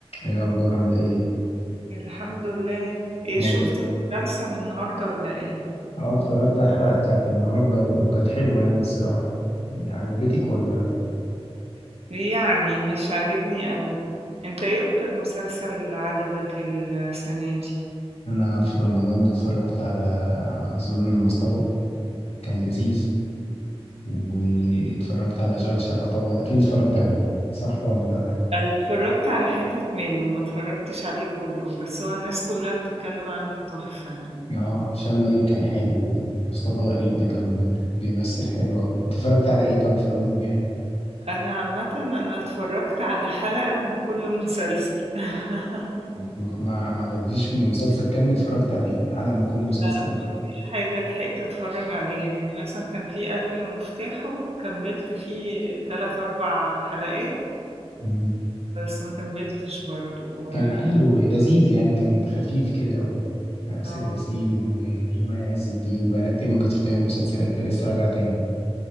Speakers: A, on the left; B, on the right.
A: ايه الاخبار عامله ايه
B: الحمد لله ايه
A: ما
B: شفت
A: هو-
B: مسلسل النهارده ولا ايه
A: اه اتفرجت على الحلقه بتاعت النهارده وكانت حلوه يعني الصراحه إيه، عجبتك ولا
B: يعني مش عاجبني قوي انت ايه اكتر مسلسل عجبك السنه دي
A: انا في رمضان ده اتفرجت على ظلم المصطبه كان لذيذ واتفرجت على اشغال شقه طبعا اكيد اتفرجت عليه صح ولا
B: اتفرجت على حتت منه ما اتفرجتش عليه كله بس هو الناس كلها بتتكلم عنه تحفه يعني
A: اه هشام ماجد كان حلو ومصطفى غريب ده كان بيمثل حلو أوي انت اتفرجت على ايه طب في العموم يعني
B: انا عامه انا اتفرجت على حلقه من كل مسلسل <laughs>
A: ما ما ما عجبكيش مسلسل كامل اتفرجت عليه حلقه من كل مسلسل
B: لا ما فيش حاجه لحقت اتفرج عليها يعني مثلا كان في قلبي ومفتاحه كملت فيه تلات اربع حلقات
A: ايه
B: بس ما كمّلتش برضه
A: كان
B: آه،
A: حلو لذيذ يعني كان خفيف كده و- وآسر
B: آه،
A: ياسين ومي عز الدين بقالها كتير ما كانتش بتعمل مسلسلات فلسه راجعة تاني